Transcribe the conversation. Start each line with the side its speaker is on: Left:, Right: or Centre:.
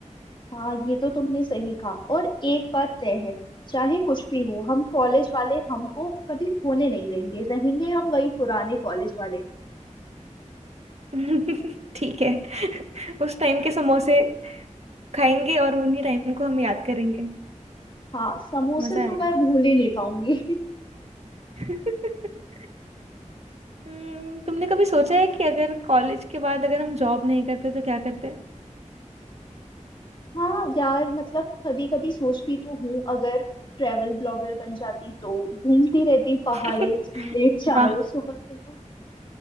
Left: हाँ ये तो तुमने सही कहा और एक बात तय है चाहे कुछ भी हो हम कॉलेज वाले हमको कभी खोने नहीं देंगे रहेंगे हम वही पुराने कॉलेज वाले
Right: <laughs> ठीक है उस टाइम के समोसे खाएंगे और उन्हीं टाइम को हम याद करेंगे
Left: हाँ समोसे
Right: मजा
Left: तो
Right: आएगा
Left: मैं भूल ही नहीं पाऊंगी
Right: <laughs> हम्म, तुमने कभी सोचा है कि अगर कॉलेज के बाद अगर हम जॉब नहीं करते तो क्या करते
Left: हाँ यार मतलब कभी कभी सोचती तो हूँ अगर ट्रेवल ब्लॉगर बन जाती तो घूमती रहती पहाड़े
Right: <laughs>
Left: झीले चाय
Right: वाह
Left: सुबह सुबह